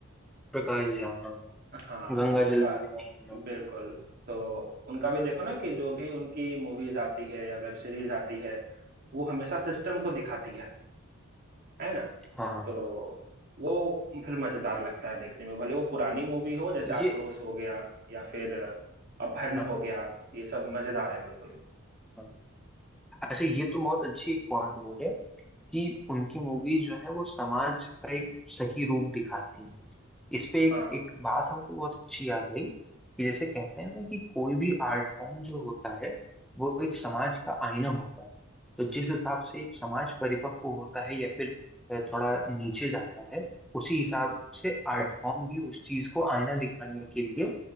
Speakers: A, in the centre; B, on the right (about 45°).
A: प्रकाश झा हाँ हाँ
B: हाँ
A: गंगा
B: तो प्रकाश
A: जल भी बनाई है उन्होंने
B: बिल्कुल तो उनका भी देखो ना कि जो भी उनकी मूवीज आती है या वेब सीरीज आती है वो हमेशा सिस्टम को दिखाती है है ना
A: हाँ
B: तो वो फिर मजेदार लगता है देखने में भले वो पुरानी मूवी हो जैसे आक्रोश
A: ये
B: हो गया या फिर अपहरण
A: हाँ
B: हो गया ये सब मजेदार है बिल्कुल
A: हाँ अच्छा ये तो बहुत अच्छी एक पॉइंट बोले कि उनकी मूवीज जो है वो समाज का एक सही रूप दिखाती हैं इस पे एक
B: हाँ
A: एक बात हमको बहुत अच्छी याद आई कि जैसे कहते हैं ना कि कोई भी आर्ट फॉर्म जो होता है वो एक समाज का आईना होता है तो जिस हिसाब से एक समाज परिपक्व होता है या फिर अ, थोड़ा नीचे जाता है उसी हिसाब
B: हम्म
A: से आर्ट फॉर्म भी उस चीज को आईना दिखाने के लिए